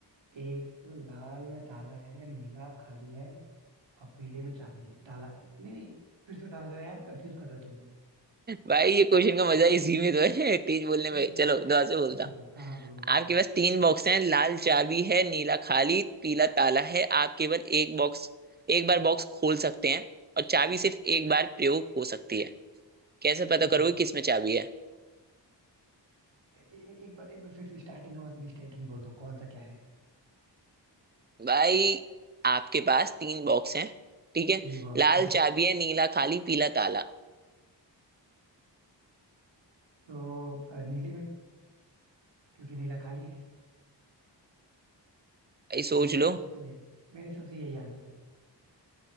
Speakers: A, on the right; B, on the right.
A: एक लाल में ताला है नीला खाली है और पीले में चाबी है ताला नहीं नहीं फिर से बताना जरा यार कंफ्यूज कर रहे हो तुम तो
B: भाई ये क्वेश्चन का मजा इसी में तो है तेज बोलने
A: नहीं नहीं,
B: में
A: फिर
B: चलो
A: से
B: दोबारा से बोलता
A: फिर से बताओ
B: हूँ
A: हाँ हाँ बोलो बोलो
B: आपके पास तीन बॉक्स हैं लाल चाबी है नीला खाली पीला ताला है आप केवल एक बॉक्स एक बार बॉक्स खोल सकते हैं और चाबी सिर्फ एक बार प्रयोग हो सकती है कैसे पता
A: ठीक
B: करोगे
A: है
B: किसमें चाबी है
A: ए, ए, ए- एक बार एक बार फिर से स्टार्टिंग का बस स्टेटमेंट बोल दो कौन सा क्या है
B: भाई आपके पास तीन बॉक्स हैं ठीक है
A: तीन बॉक्स
B: लाल
A: है
B: चाबी है नीला खाली पीला ताला
A: तो अ, नीले में क्योंकि नीला खाली है
B: भाई सोच
A: मेरे हिसाब
B: लो
A: से तो यही मेरे हिसाब से यही आंसर है